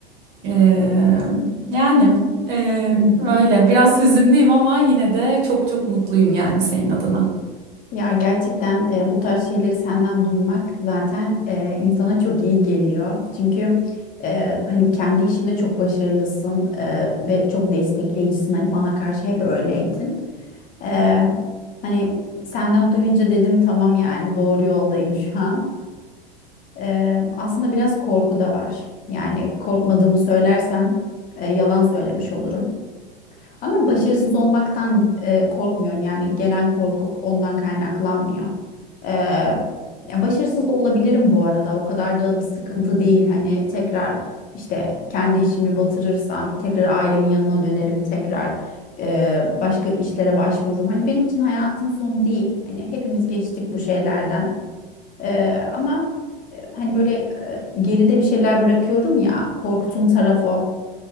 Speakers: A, on the right; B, on the left.
A: Ee, yani ee,
B: Hı hı.
A: öyle biraz hüzünlüyüm ama yine de çok çok mutluyum yani senin adına.
B: Ya gerçekten e, bu tarz şeyleri senden duymak zaten e, insana çok iyi geliyor. Çünkü e, hani kendi işinde çok başarılısın e, ve çok destekleyicisin. Hani bana karşı hep öyleydin. E, hani senden duyunca dedim tamam yani doğru yoldayım şu an. E, aslında biraz korku da var. Yani korkmadığımı söylersem e, yalan söylemiş olurum. Ama başarısız olmaktan e, korkmuyorum. Yani gelen korku ondan kaynaklanmıyor. E, ya başarısız da olabilirim bu arada. O kadar da bir sıkıntı değil. Hani tekrar işte kendi işimi batırırsam tekrar ailemin yanına dönerim. Tekrar e, başka işlere başvururum. Hani benim için hayatın sonu değil. Hani hepimiz geçtik bu şeylerden. E, ama e, hani böyle e, geride bir şeyler bırakıyorum ya. Korktuğum taraf o.